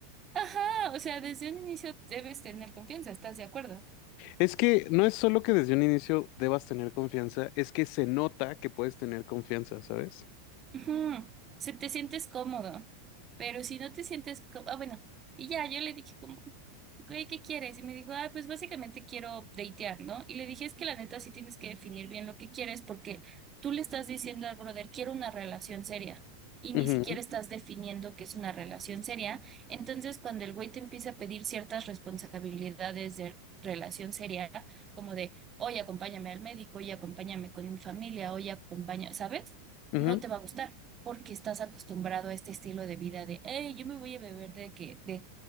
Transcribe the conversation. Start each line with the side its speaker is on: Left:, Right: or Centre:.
Right: ajá, o sea, desde un inicio debes tener confianza, ¿estás de acuerdo?
Left: Es que no es solo que desde un inicio debas tener confianza, es que se nota que puedes tener confianza, ¿sabes?
Right: Ujú, Se te sientes cómodo, pero si no te sientes cómodo, ah, bueno, y ya, yo le dije como, Güey, ¿qué quieres? Y me dijo, ah, pues básicamente quiero datear, ¿no? Y le dije, es que la neta sí tienes que definir bien lo que quieres porque tú le estás diciendo al brother, quiero una relación seria y
Left: Ujú,
Right: ni siquiera estás definiendo qué es una relación seria. Entonces, cuando el güey te empieza a pedir ciertas responsabilidades de relación seria, como de, oye, acompáñame al médico, oye, acompáñame con mi familia, oye, acompáñame, ¿sabes?
Left: ujú.
Right: No te va a gustar. porque estás acostumbrado a este estilo de vida de, hey, yo me voy a beber de que de